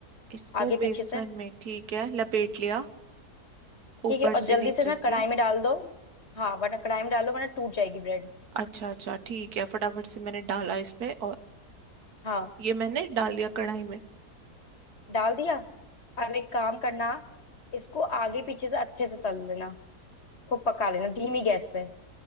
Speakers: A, on the right (about 70°); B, on the left (about 45°).
A: इसको
B: आगे पीछे
A: बेसन
B: से
A: में ठीक है लपेट लिया ऊपर
B: ठीक है और
A: से
B: जल्दी
A: नीचे
B: से ना
A: से
B: कढ़ाई में डाल दो हाँ वरना कढ़ाई में डाल दो वरना टूट जाएगी ब्रेड
A: अच्छा अच्छा ठीक है फटाफट से मैंने डाला इसमें और
B: हाँ
A: ये मैंने डाल दिया कढ़ाई में
B: डाल दिया अब एक काम करना इसको आगे पीछे से अच्छे से तल लेना खूब पका लेना धीमी गैस पे